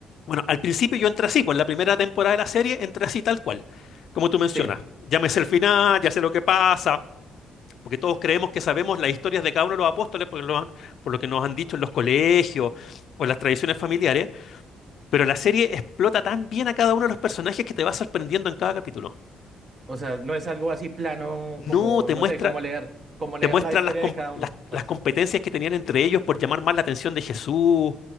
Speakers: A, on the left; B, on the right.
A: bueno, al principio yo entré así, por la primera temporada de la serie entré así tal cual, como tú mencionas.
B: Sí,
A: Ya me sé el final, ya sé lo que pasa, porque todos creemos que sabemos las historias de cada uno de los apóstoles porque lo han- por lo que nos han dicho en los colegios o en las tradiciones familiares. Pero la serie explota tan bien a cada uno de los personajes que te va sorprendiendo en cada capítulo.
B: o sea, no es algo así plano
A: No
B: como,
A: te
B: no
A: muestra,
B: sé, como leer, como leer
A: te muestra
B: la historia
A: las, com-
B: de cada uno,
A: las-
B: pues.
A: las competencias que tenían entre ellos por llamar más la atención de Jesús.